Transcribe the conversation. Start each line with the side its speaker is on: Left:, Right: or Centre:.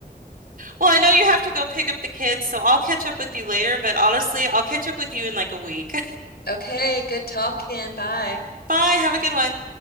Right: Well, I know you have to go pick up the kids, so I'll catch up with you later, but honestly, I'll catch up with you in like a week.
Left: Okay, good talking. Bye.
Right: Bye. Have a good one.